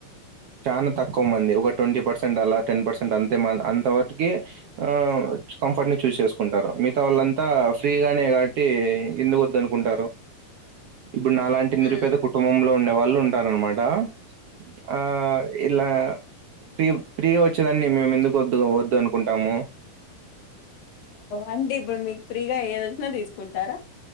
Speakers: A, on the right; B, on the left.
A: చానా తక్కువ మంది ఒక ట్వంటీ పర్సెంట్ అలా టెన్ పర్సెంట్ అంతే అంతవర ఆ కంఫర్ట్ ని చూస్ చేసుకుంటారు మిగతా వాళ్ళంతా ఫ్రీగానే కావట్టి ఎందుకు వద్దనుకుంటారు ఇప్పుడు నాలాంటి
B: ఉమ్
A: నిరుపేద కుటుంబంలో ఉండే వాళ్ళు ఉంటార అన్మాట్ ఆ ఆ ఇలా ఫీ ఫ్రీ గా వచ్చే దాన్ని మేము ఎందుకు వద్దు వద్దు అనుకుంటాము
B: అండి ఇప్పుడు మీకు ఫ్రీగా ఏది వచ్చినా తీసుకుంటారా